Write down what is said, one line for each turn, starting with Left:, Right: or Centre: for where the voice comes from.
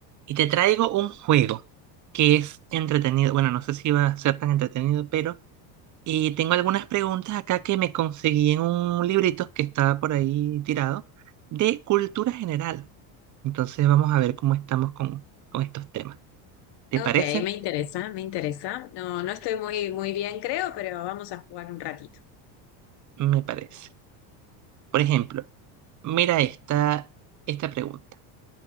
Right: Y te traigo un juego que es entretenido. Bueno, no sé si va a ser tan entretenido, pero... Y tengo algunas preguntas acá que me conseguí en un librito que estaba por ahí tirado de cultura general. Entonces vamos a ver cómo estamos con, con estos temas. ¿Te
Left: Ok,
Right: parece?
Left: me interesa, me interesa. No, no estoy muy, muy bien, creo, pero vamos a jugar un ratito.
Right: Me parece. Por ejemplo, mira esta, esta pregunta.